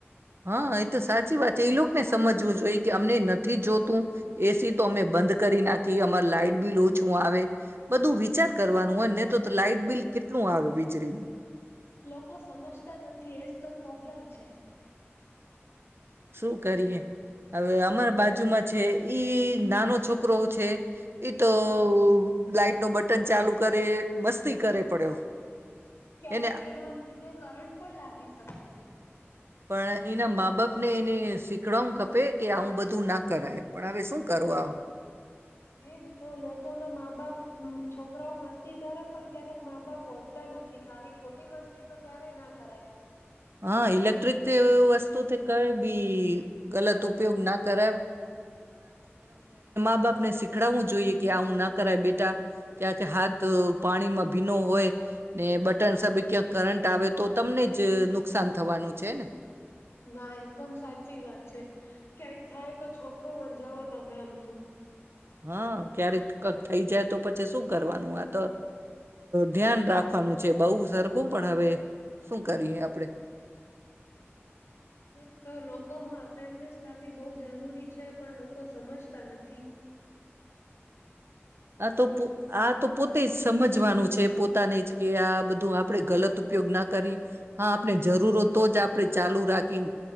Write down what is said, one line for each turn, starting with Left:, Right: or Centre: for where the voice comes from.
Right: હા એ તો સાચી વાત છે એ લોકોને સમજવું જોઈએ કે અમને નથી થી જો તું એસી તો તો અમે બંધ કરી નાખી અમાર લાઈટ બીલ ઔછું આવે બધું વિચાર કરવાનું હોય નને તો લાાઈટ બિલ કેટલું આવે વીજળીનું
Left: લોકો સમજતા નથી એજ તો પ્રોબ્લેમ છે.
Right: શું કરીએ હવે અમારા બાજુમાં છે ઈ નાનો છોકરો છે ઈ તો લાાઈટનો બટન ચાલુ કરે મસ્તી કરે પડ્યો
Left: ક્યારેક
Right: એને
Left: એના લીધે કરંટ પણ લાગી શકે છે.
Right: પણ એના મા બાપ નહી-નહી. સીખ ખપે કે આવુ બધા બું ના કરાય પણ હવે શું કરવા આવ
Left: એજ તો લોકો ના મા બાપ છોકરાઓ મસ્તી કરે પણ ક્યારેક મા બાપ ઓડતા નથી કે આવી ખોટી મસ્તી તો ક્યારેય ના કરાય.
Right: હા ઇલેક્ટ્રિક વસ્તુથી કઈ બી ગલત ઉપયોગ ના કરાય આપણે સ ખડું જોઈએ કે આવુ ના કરાય બેટા ક્યાંક હાથ પાણીમાં ભીનો હોય ને બટન સા ક્યાંક કરંટ આવે તો તમને જ નુ નુકસાન થવાનું છે ને
Left: ના એકદમ સાચી વાત છે ક્યાંક થાય તો છોકરું મંજાવો તમે આમથું
Right: હા ક્યારેક થઈ જાય તો પછી શું કરવાનું આ તો ધ્યાન રાખવાનું છે બઉ સરખું પણ હવે શું કરીએ આપડે.
Left: એ તો લોકોમાં અવેરનેસ લાવવી બહુ જરૂરી છે પણ લોકો સમજતા નથી.
Right: હા તો પ આ તો પોતે જ સમજવાનું છે પોતાને જ કે આ બધું આપણે ગલત ઉપયોગ ના કરી હા આપણે જરૂર તો જ આપડણે ચાલુ રાખી